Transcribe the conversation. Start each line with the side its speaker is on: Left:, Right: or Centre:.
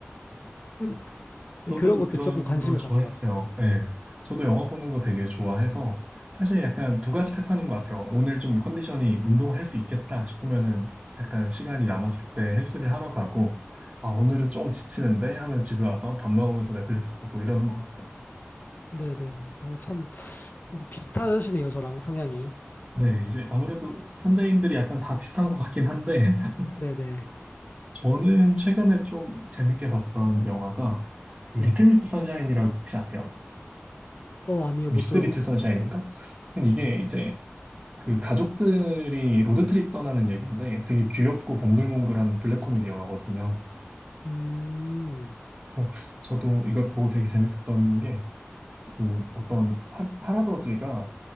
Left: 음,
Right: 저도
Left: 그런 것들이
Right: 그런
Left: 조금 관심이
Right: 거 좋아했어요.
Left: 가더라고요.
Right: 예. 저도 영화 보는 거 되게 좋아해서 사실 약간 두 가지 패턴인 것 같아요. 오늘 좀 컨디션이 운동할 수 있겠다 싶으면은 약간 시간이 남았을 때 헬스를 하러 가고 아, 오늘은 좀 지치는데 하면 집에 와서 밥 먹으면서 넷플릭스 보고 이러는 것 같아요.
Left: 네네. 아, 참, 비슷하시네요, 저랑 성향이.
Right: 네, 이제 아무래도 현대인들이 약간 다 비슷한 것 같긴 한데 <laughs>
Left: 네네.
Right: 저는 최근에 좀 재밌게 봤던 영화가 리틀
Left: 네.
Right: 미스 선샤인이라고 혹시 아세요?
Left: 어, 아니요,
Right: 미스
Left: 못 들어봤어요.
Right: 리틀 선샤인인가? 근데 이게 이제 그 가족들이 로드트립 떠나는 얘기인데 되게 귀엽고 몽글몽글한 블랙 코미디 영화거든요.
Left: 음,
Right: 그래서 저도 이걸 보고 되게 재밌었던 게 그 어떤 할, 할아버지가